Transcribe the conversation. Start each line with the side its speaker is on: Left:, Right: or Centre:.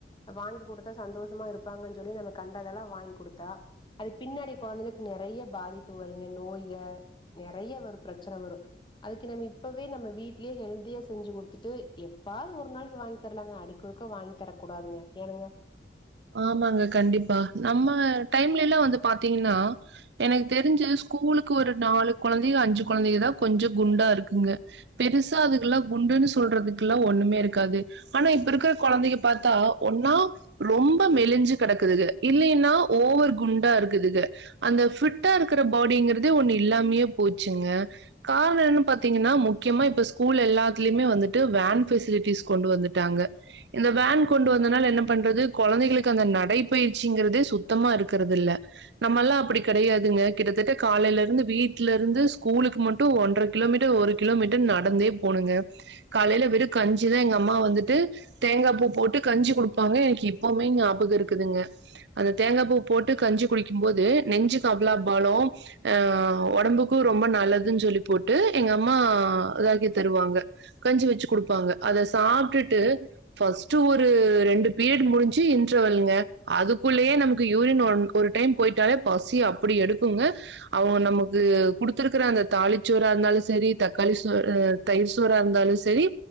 Left: வாங்கி குடுத்தா சந்தோஷமா இருப்ப ப்பாங்கன்னு சொல்லி நம்ம கண்டதெல்லா வாங்கி குடுத்தா அது பின்னாடி கொழந்தைகளுக்கு நெறைய பாதிப்பு வருங்க நோய்க நெறைய ஒரு பிரச்சன வரோ அதுக்கு நம்ம இப்பவே நம்ம வீட்லயே ஹெல்தியா செஞ்சு கொடுத்துட்டு எப்பாது ஒரு நாளைக்கு வாங்கி தரலாங்க அடிக்கு ஒருக்கா வாங்கி தரக்க கூடாதுங்க ஏனுங்க
Right: ஆமாங்க கண்டிப்பா நம்ம டைம்ல எல்லா வந்து பாத்தீங்கன்னா எனக்கு தெரிஞ்சி ஸ்கூலுக்கு ஒரு நாலு கொழந்தைக அஞ்சு கொழந்தைங்கதா கொஞ்சோ குண்டா இருக்குங்க பெருசா அதுக்கெல்லா குண்டுன்னு சொல்றதுக்கு எல்லா ஒன்னுமே இருக்காது ஆனா இப்ப இருக்கிற கொழந்தைங்க பாத்தா ஒன்னா ரொம்ப மெலிஞ்சு கெடக்குதுக்க இல்லைன்னா ஓவர் குண்டா இருக்குதுக அந்த ஃபிட்டா இருக்குற பாடிங்கிறதே ஒன்னு இல்லாமையே போச்சுங்க காரணோ என்னா பாத்தீங்கன்னா முக்கியமா இப்ப ஸ்கூல்ல எல்லாத்துலயுமே வந்துட்டு வேன் ஃபசிலிட்டிஸ் கொண்டு வந்துட்டாங்க இந்த வேன் கொண்டு வந்தனால என்ன பண்றது கொழந்தைகளுக்கு அந்த நடைப்பயிற்சிங்கிறது சுத்தமா இருக்கறது இல்ல நம்மல்லா அப்டி கெடையாதுங்க கிட்டத்தட்ட காலையில இருந்து வீட்டுல இருந்து ஸ்கூலுக்கு மட்டும் ஒன்றரை கிலோமீட்டர் ஒரு கிலோமீட்டர் நடந்தே போணுங்க காலையில வெறும் கஞ்சிதா எங்க அம்மா வந்துட்டு தேங்கா பூ போட்டு கஞ்சி குடுப்பாங்க எனக்கு இப் இப்பவுமேங்க ஞாபகோ இருக்குதுங்க அந்த தேங்கா பூ போட்டு கஞ்சி குடிக்கும் போது நெஞ்சுக்கு அவ்ளோ கபலா பாலோ அஹ ஒடம்புக்கோ ரொம்ப நல்லதுன்னு சொல்லி போட்டு எங்க அம்மா இதாக்கி தருவாங்க கஞ்சி வெச்சு குடுப்பாங்க அத சாப்டுட்டு ஃஸ்ட்டு ஒரு ரெண்டு பீரியட் முடிஞ்சு சி இன்டெர்வெல்லுங்க அதுக்குள்ளயே நமக்கு யூரின் ஒ ஒரு டைம் போயிட்டாலே பசி அப்டி எடுக்குங்க அவுங்க நமக்கு குடுத்திருக்குற அந்த தாலிச்சோற இருந்தாலு செரி தக்காளி சோறு தயிர் சோற இருந்தாலு சரி